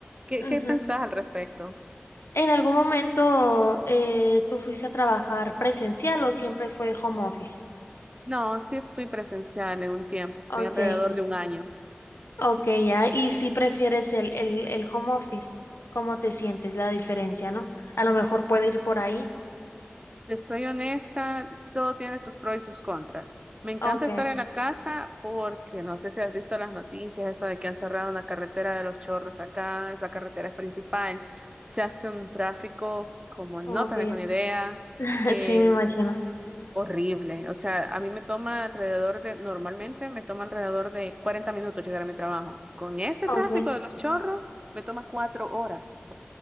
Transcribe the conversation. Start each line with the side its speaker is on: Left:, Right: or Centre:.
Right: ¿Qué,
Left: Ujú.
Right: qué pensás al respecto?
Left: ¿En algún momento eh, tú fuiste a trabajar presencial o siempre fue home office?
Right: No, sí fui presencial en un tiempo, fui
Left: Ok.
Right: alrededor de un año.
Left: Ok, ya. Y si prefieres el, el, el home office, ¿cómo te sientes? La diferencia, ¿no? A lo mejor puede ir por ahí.
Right: Te soy honesta, todo tiene sus pros y sus contras. Me encanta
Left: Ok,
Right: estar en la casa porque no sé si has visto las noticias, esto de que han cerrado una carretera de los Chorros acá, esa carretera es principal, se hace un tráfico como no
Left: ok.
Right: tenés una idea,
Left: <laughs>
Right: que
Left: Sí, me imagino.
Right: horrible. O sea, a mí me toma alrededor de, normalmente me toma alrededor de 40 minutos llegar a mi trabajo. Con ese
Left: Ok.
Right: tráfico de los Chorros, me toma cuatro horas.